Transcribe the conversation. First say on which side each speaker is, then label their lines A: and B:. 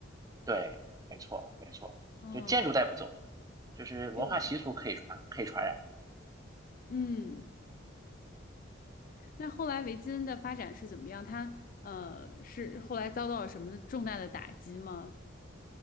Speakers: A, on the right; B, on the left.
A: 对，没错没错，
B: 哦，
A: 就建筑带不走嘛，就是文化习俗可以传可以传染。
B: 这个，嗯。那后来维金的发展是怎么样？他呃，是后来遭到了什么重大的打击吗？